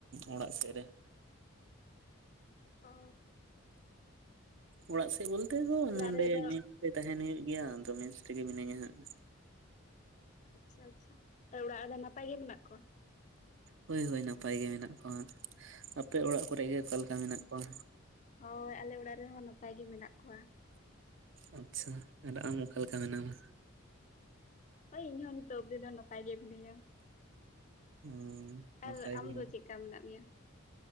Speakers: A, on the right; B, on the left.
A: ᱚᱲᱟᱜ ᱥᱮᱫ ᱨᱮ।
B: ᱚ
A: ᱚᱲᱟᱜ ᱥᱮᱫ ᱵᱚᱞᱛᱮ ᱫᱚ
B: ᱚᱲᱟᱜ
A: ᱱᱚᱰᱮ
B: ᱨᱮᱫᱚ
A: ᱢᱮᱥ ᱨᱮ ᱛᱟᱦᱮᱱ ᱦᱩᱭᱩᱜ ᱜᱮᱭᱟ ᱟᱫᱚ ᱢᱮᱥ ᱨᱮᱜᱮ ᱢᱤᱱᱟᱹᱧᱟ ᱦᱟᱸᱜ।
B: ᱟᱪᱪᱷᱟ ᱟᱪᱪᱷᱟ ᱛᱚ ᱚᱲᱟᱜ ᱨᱮᱫᱚ ᱱᱟᱯᱟᱭ ᱜᱮ ᱢᱮᱱᱟᱜ ᱠᱚᱣᱟ?
A: ᱦᱳᱭ ᱦᱳᱭ ᱱᱟᱯᱟᱭ ᱜᱮ ᱢᱮᱱᱟᱜ ᱠᱚᱣᱟ ᱦᱟᱸᱜ ᱟᱯᱮ ᱚᱲᱟᱜ ᱠᱚᱨᱮᱜ ᱜᱮ ᱚᱠᱟᱞᱮᱠᱟ ᱢᱮᱱᱟᱜ ᱠᱚᱣᱟ?
B: ᱦᱳᱭ ᱟᱞᱮ ᱚᱲᱟᱜ ᱨᱮᱦᱚᱸ ᱱᱟᱯᱟᱭ ᱜᱮ ᱢᱮᱱᱟᱜ ᱠᱚᱣᱟ।
A: ᱟᱪᱪᱷᱟ ᱟᱨ ᱟᱢ ᱚᱠᱟᱞᱮᱠᱟ ᱢᱮᱱᱟᱢᱟ?
B: ᱦᱳᱭ ᱤᱧᱦᱚᱸ ᱱᱤᱛᱚᱜ ᱚᱵᱫᱤ ᱫᱚ ᱱᱟᱯᱟᱭ ᱜᱮ ᱢᱤᱱᱟᱹᱧᱟ।
A: ᱦᱩᱸ ᱱᱟᱯᱟᱭ
B: ᱟᱨ ᱟᱢ
A: ᱜᱮ
B: ᱫᱚ ᱪᱮᱫᱠᱟ ᱢᱮᱱᱟᱜ ᱢᱮᱭᱟ?